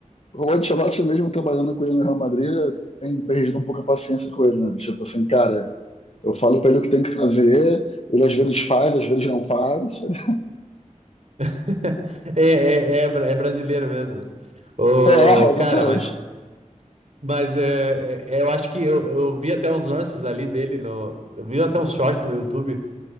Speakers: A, on the left; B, on the right.
A: O Ancelotti mesmo trabalhando com ele no Real Madrid tem perdido um pouco a paciência com ele, né? Tipo assim, cara, eu falo para ele o que tem que fazer, ele às vezes faz, às vezes não faz. <laughs>
B: <laughs> É, é, é, bra- é brasileiro mesmo, né? Ô,
A: É, exatamente.
B: cara, mas, mas é, é- eu acho que eu, eu vi até uns lances ali dele no. Eu vi até uns shorts no YouTube